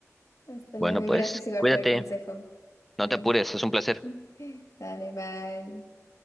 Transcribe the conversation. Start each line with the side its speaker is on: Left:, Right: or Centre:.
Left: Hasta
Centre: Bueno,
Left: luego
Centre: pues,
Left: y gracias igual
Centre: cuídate,
Left: por el consejo. Dale.
Centre: no te apures, es un placer.
Left: <laughs> Dale, bye.